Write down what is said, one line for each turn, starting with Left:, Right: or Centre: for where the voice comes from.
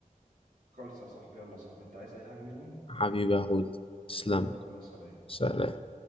Right: خالص يا صاحبي يلا يا صاحبي انت عايز اي حاجة مني
Left: حبيبي يا هدى تسلم
Right: يلا سلام
Left: سلام